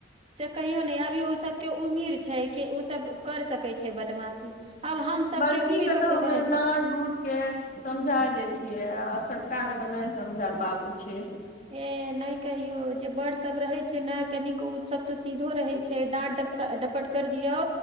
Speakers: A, on the right; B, on the left.
A: से कहियो नहि अभी ओ सब के उम्मीर छै, कि उ सब कर सकै छै बदमाशी। आब हम सभके
B: बड़की
A: उमिर
B: के तऽ
A: भेलै
B: हमे डाँट-डुट के समझा दय छियै, आ छोटका के तऽ नहि समझा पाबै छियै।
A: ए नहि कहियो जे बड़ सब रहे छै न, कनिक उ सब तऽ सीधो रहै छै डाँट डप डपट कर दियऊ।